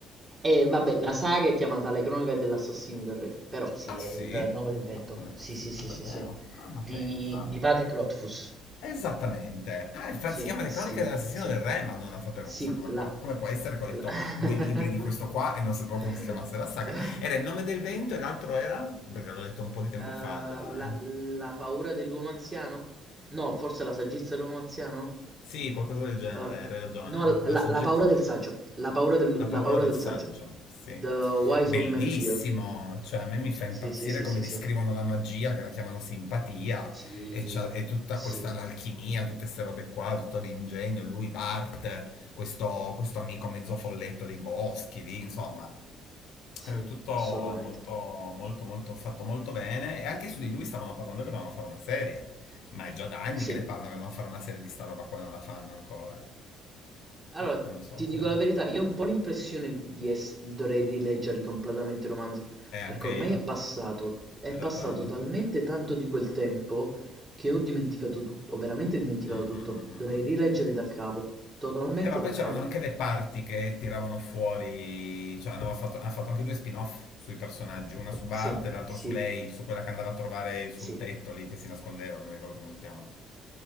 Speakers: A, on the right; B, on the left.
A: E vabbè, la saga è chiamata Le cronache dell'assassino del re, però sì,
B: Ah
A: è
B: sì?
A: il nome del vento.
B: Ma com'è possibile?
A: Sì, sì, sì,
B: Ah davvero?
A: sì, sì.
B: Ah, ma
A: Di,
B: pensa.
A: di Patrick Rothfuss.
B: Esattamente. Ah, infatti
A: Sì,
B: si chiama Le
A: sì,
B: Cronache dell'Assassino
A: sì.
B: del Re, ma non la sapevo
A: Sì,
B: questa cosa
A: la...
B: qua. Come può essere che ho letto
A: la-
B: due libri di questo qua e non sapevo come si
A: <laughs>
B: chiamasse la saga? Era Il nome del vento e l'altro era? Perché l'ho letto un po' di tempo
A: Eh, la,
B: fa già, eh.
A: la paura dell'uomo anziano? No, forse la saggezza dell'uomo anziano?
B: Sì, qualcosa del genere,
A: Eh,
B: hai ragione.
A: no,
B: La
A: la,
B: saggezza.
A: la paura del saggio. La paura del,
B: La paura
A: la paura
B: del
A: del
B: saggio,
A: saggio.
B: sì.
A: The Wise
B: Bellissimo,
A: Old Man Fear.
B: cioè a me mi fa impazzire
A: Sì, sì, sì,
B: come
A: sì,
B: descrivono
A: sì.
B: la magia, che la chiamano simpatia,
A: Sì,
B: e, c'ha- e tutta
A: sì,
B: questa l'alchimia, tutte queste robe qua, tutto l'ingegno, lui, Bart, questo, questo amico mezzo folletto dei boschi, lì, insomma.
A: sì,
B: È tutto
A: assolutamente.
B: molto, molto, molto fatto molto bene, e anche su di lui stavano parlando che dovevano fare una serie, ma è già da anni
A: Sì.
B: che ne parlano che dovevano fare una serie di sta roba qua e non la fanno ancora.
A: Allora,
B: Boh, non so
A: ti
B: se...
A: dico la verità, io ho un po' l'impressione di ess- dovrei rileggerli completamente i romanzi,
B: E anche
A: perché ormai
B: io.
A: è passato, è
B: È da
A: passato
B: tanto.
A: talmente tanto di quel tempo che ho dimenticato tutto, ho veramente dimenticato
B: Mm,
A: tutto.
B: mm, mm, mm,
A: Dovrei
B: mm.
A: rileggerli dal capo, totalmente
B: Eh, ma
A: da
B: poi c'erano
A: capo.
B: anche le parti che tiravano fuori, cioè hanno fatto, hanno fatto anche due spin-off sui personaggi, una su Bart
A: Sì,
B: e l'altra
A: sì,
B: su lei, su quella che andava a trovare sul
A: sì,
B: tetto lì che si nascondeva, che non mi ricordo più come si chiama.